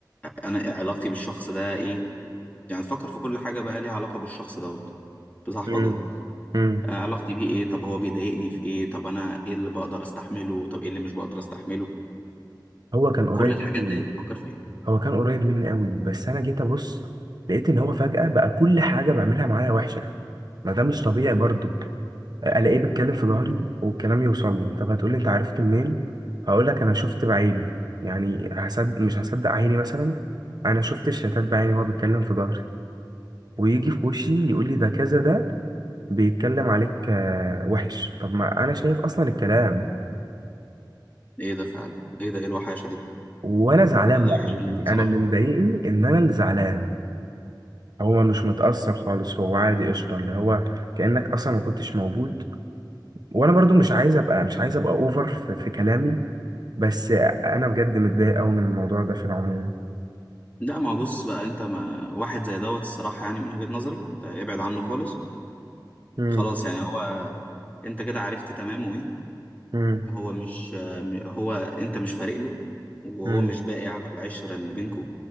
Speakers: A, on the left; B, on the right.
A: أنا علاقتي بالشخص ده إيه يعني تفكر في كل حاجة بقى ليها علاقة بالشخص دوت بصاحبك
B: مم.
A: ده
B: مم.
A: آه، علاقتي بيه إيه طب هو بيضايقني في إيه طب أنا إيه اللي بقدر أستحمله طب إيه اللي مش بقدر أستحمله
B: هو كان قريب
A: كل الحاجات
B: مني-
A: دي تفكر فيها
B: هو كان قريب مني قوي بس انا جيت ابص لقيت ان هو فجأة بقى كل حاجة بعملها معايا وحشة ما ده مش طبيعي برضو الاقيه بيتكلم في ظهري والكلام يوصل لي طب هتقولي انت عرفت منين هقول لك انا شفت بعيني يعني هصدق مش هصدق عيني مثلا انا شفت الشتات بعيني وهو بيتكلم في ظهري ويجي في وشي يقول لي ده كذا ده بيتكلم عليك آه، وحش طب ما انا شايف اصلا الكلام
A: إيه ده فعلا إيه ده إيه الوحاشة دي
B: وانا زعلان
A: أنا
B: بقى
A: وحش موت
B: يعني
A: بصراحة
B: انا اللي مضايقني ان انا اللي زعلان هو مش متأثر خالص هو عادي قشطة اللي هو كأنك أصلا ما كنتش موجود وأنا برضو مش عايز أبقى مش عايز أبقى أوفر في, في كلامي بس انا بجد متضايق قوي من الموضوع ده في العموم
A: لا ما هو بص بقى أنت ما واحد زي دوت الصراحة يعني من وجهة نظري أنت ابعد عنه خالص
B: امم
A: خلاص يعني هو انت كده عرفت تمامه ايه
B: امم
A: هو مش هو انت مش فارق له وهو
B: امم
A: مش باقي على العشرة اللي بينكوا